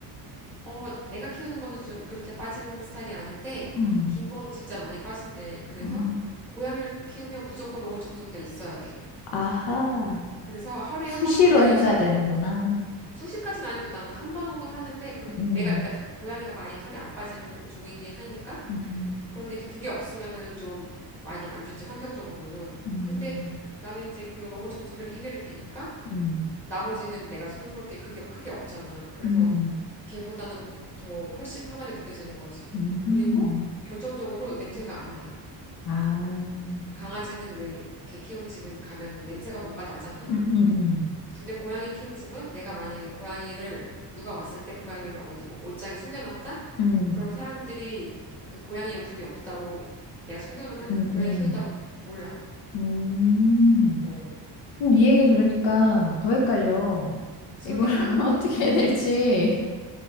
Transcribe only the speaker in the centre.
어, 내가 키우는 거는 좀 그렇게 빠지는 스타일이 아닌데
긴 거는 진짜 많이 빠진대. 그래서
고양이를 키우면 무조건 로봇 청소기가 있어야 돼.
그래서 하루에
한번 돌려야지
수십 가지는 아니고 나는 한 번 정도 하는데 그
내가 그러니까 더- 고양이가 많이 털이 안 빠지는 종이긴 하니까
그런데 이제 그게 없으면은 좀 많이 안 좋지 환경적으로는
근데 나는 이제 그 로봇 청소기로 해결이 되니까
나머지는 내가 손볼 게 그게 크게 없잖아 그래서
걔보다는 더 훨씬 편하게 느껴지는 거지
그리고 결정적으로 냄새가 안 나
강아지는 왜 개 키우는 집은 가면은 냄새가 뭔가 나잖아
근데 고양이 키우는 집은 내가 만약에 고양이를 누가 왔을 때 고양이를 어디 뭐 옷장에 숨겨놨다?
그러면 사람들이 그 고양이 용품이 없다고 내가 숨겨놓으면
고양이
키운다고 몰라.
어.
솔깃해?